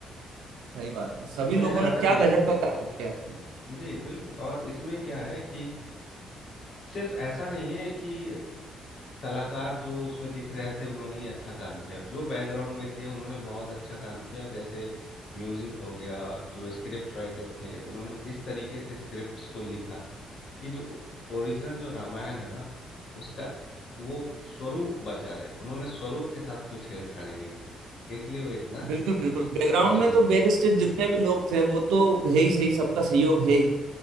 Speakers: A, on the right; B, on the left.
A: सही बात है सभी
B: मुझे
A: लोगों
B: जहाँ
A: ने क्या
B: तक लग
A: गजब का काम किया इसमें
B: जी बिल्कुल और इसमें क्या है कि सिर्फ ऐसा नहीं है कि कलाकार जो उसमें दिख रहे थे उन्होंने ही अच्छा काम किया जो बैकग्राउंड में थे उन्होंने बहुत अच्छा काम किया जैसे म्यूजिक हो गया जो स्क्रिप्ट राइटर थे उन्होंने इस तरीके से स्क्रिप्ट्स को लिखा कि जो ओरिजिनल जो रामायण है ना उसका वो स्वरूप बचा रहे उन्होंने स्वरूप के साथ कोई छेड़खानी नहीं की इसलिए वो इतना
A: बिल्कुल बिल्कुल बैकग्राउंड
B: प्रचलित
A: में तो बैक
B: भी हुआ
A: स्टेज जितने भी लोग थे वो तो है ही सही सबका सहयोग है ही